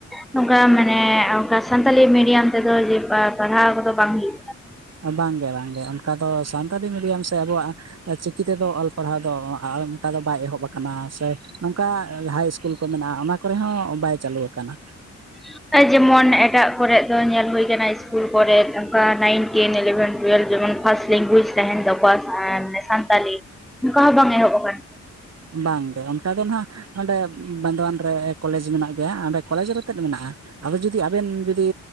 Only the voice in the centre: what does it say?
ᱱᱚᱝᱠᱟ ᱢᱟᱱᱮ ᱚᱱᱠᱟ ᱥᱟᱱᱛᱟᱞᱤ ᱢᱤᱰᱤᱭᱟᱢ ᱛᱮᱫᱚ ᱡᱮ ᱯᱟᱲᱦᱟᱣ ᱠᱚᱫᱚ ᱵᱟᱝ ᱦᱩᱭᱩᱜ ᱠᱟᱱᱟ,
<inaudible> ᱡᱮᱢᱚᱱ ᱮᱴᱟᱜ ᱠᱚᱨᱮ ᱫᱚ ᱧᱮᱞ ᱦᱩᱭ ᱟᱠᱟᱱᱟ ᱤᱥᱠᱩᱞ ᱠᱚᱨᱮᱫ ᱚᱱᱠᱟ ᱱᱟᱭᱤᱱ ᱴᱮᱱ ᱤᱞᱮᱵᱷᱮᱱ ᱴᱩᱭᱮᱞᱵᱷ ᱡᱮᱢᱚᱱ, ᱯᱷᱟᱥᱴ ᱞᱮᱝᱜᱩᱣᱮᱡᱽ ᱛᱟᱦᱮᱱ ᱛᱟᱠᱚᱣᱟ ᱥᱟᱱᱛᱟᱞᱤ ᱱᱚᱝᱠᱟ ᱦᱚᱸ ᱵᱟᱝ ᱮᱦᱚᱵ ᱠᱟᱱᱟ,